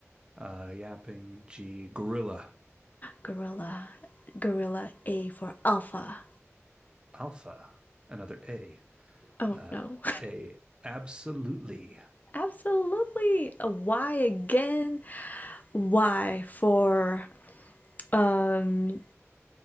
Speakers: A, on the right; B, on the left.
A: Uh, yapping. G. Gorilla.
B: gorilla. Gorilla A for alpha.
A: Alpha. Another A.
B: Oh
A: Uh,
B: no.
A: A. Absolutely.
B: <laughs> Absolutely. A Y again. Y for um